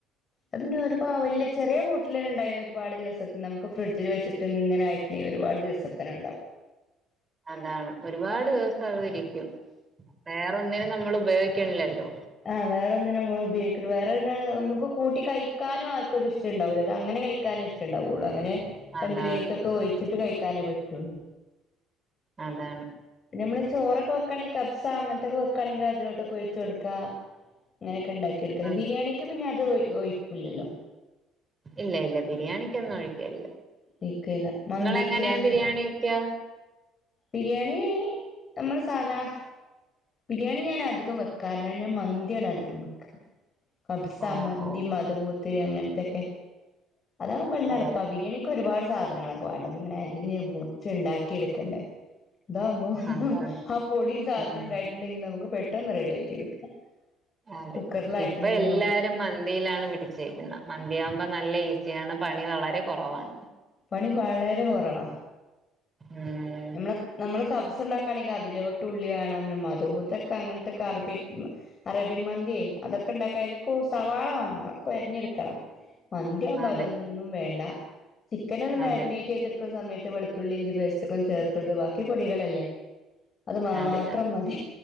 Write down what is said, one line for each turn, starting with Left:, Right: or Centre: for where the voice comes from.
Left: അഹ് പിന്നെ ഒരുപാവലിൽ ചെറിയ ബോട്ടിൽ തന്നെണ്ടായ ഒരുപാട് ദിവസം നമുക്ക് ഫ്രിഡ്ജിൽ വെച്ചട്ട് ട്ട് ഇങ്ങനായിട്ടങ്കിൽ ഒരുപാട് ദിവസത്തിന് ഉണ്ടാവും
Right: അതാണ് ഒരുപാട് ദിവസം അതിരിക്കും വേറെന്നിനും നമ്മൾ ഉപയോഗിക്കണില്ലല്ലോ
Left: ആഹ് വേറെ ഒന്നും നമ്മൾ ഉപയോഗിക്ക വേറെ ഒുക്ക് കൂട്ടി കഴിക്കാനും ആർക്ക ഇത് ഇഷ്ട ഉണ്ടാവില്ല അങ്ങനെ കഴിക്കാനും ഇഷ്ടം റ്റ് ണ്ടാവുള്ളൂ അങ്ങനെ
Right: അതാണ്
Left: എന്തിലായിട്ടെക്കെ ഒഴിച്ചിട്ട് കഴിക്കാനേ പറ്റുള്ളൂ
Right: അതാണ്
Left: പിന്ന നമ്മള് ചോറൊക്കെ വെക്കയാണെങ്കൽ കബ്സ അങ്ങനത്തൊക്കെ വെക്കയാണെങ്കി അലോട്ടൊക്കെഒഴിച്ച് കൊടുക്ക അങ്ങനെയൊക്കെ ഇണ്ടാക്കി എടുക്കല്
Right: അത്
Left: ബിരിയാണിക്ക് പിന്നെ അത് ഒഴിക്കൂല്ലല്ലോ
Right: ഇല്ല ഇല്ല ബിരിയാണിക്കൊന്നും ഒഴിക്കല്ല
Left: ഒഴിക്കേല്ല മന്തിക്ക്
Right: നിങ്ങൾ എങ്ങനെയാ
Left: അങ്ങനെ
Right: ബിരിയാണി വക്ക
Left: ബിരിയാണി നമ്മള് സാധാ ബിരിയാണി ഞാന്‌ അധികം വെക്കാറില്ല ഞാൻ മന്തിയാണ് അധികം വെക്ക. കബ്സ
Right: ഓ
Left: മന്തി
Right: ഓ
Left: മദ്‌ഹൂത്ത് അങ്ങനത്തൊക്കെ അതാകുമ്പോ പിന്നെ
Right: ഓ
Left: എളപ്പാ ബിരിയാണിക്ക് ക്ക് ഒരുപാട് സാധനങ്ങളൊക്കെ വേണ്ട ഇങ്ങനെ അരിഞ്ഞ് മുറിച്ച്ണ്ടാക്കി എടുക്കണ്ടേ. ഇതാകുമ്പോ
Right: അതാണ്
Left: ആ പൊടിയും സാധനം
Right: ഉം
Left: ഉണ്ടായിട്ടുണ്ടെങ്കി നമുക്ക് പെട്ടെന്ന് റെഡിയാക്കി എടുക്കാം.
Right: അതെ
Left: കുക്കറിലായിട്ടുണ്ടെങ്കിലും
Right: ഇപ്പൊ എല്ലാരും മന്തിയിലാണ് പിടിച്ചേക്കുന്നത് മന്തിയാകുമ്പോ നല്ല ഈസിയാണ് പണി വളരെ കുറവാണ്.
Left: പണി വളരെ കുറവാ.
Right: ഉം
Left: നമ്മള നമ്മള് കബ്സ ഉണ്ടാക്കുകയാണെങ്കിൽ അതിലോട്ട് ഉള്ളി വേണം മദ്ഹുത്തൊക്കെ അങ്ങനത്തെക്കെ അറബി അറേബ്യൻ മന്തിയെ അതൊക്കെ ഉണ്ടാക്ക അതിലൊക്ക സവാള വേണോ അതക്കെ അരിഞ്ഞെടുക്കണം. മന്തിയാവുമ്പോ
Right: അതെ
Left: അതൊന്നും വേണ്ട ചിക്കന ഒന്ന്
Right: അതെ
Left: മാഗനേറ്റ് ചെയ്തെടുക്കുന്ന സമയത്ത് വെളുത്തുള്ളി ഇഞ്ചി പേസ്റ്റ് ച്ചക്ക ചേർത്തിട്ട് ബാക്കി പൊടികളല്ലേ അത് മാത്രം
Right: അതെ അതെ
Left: മതി.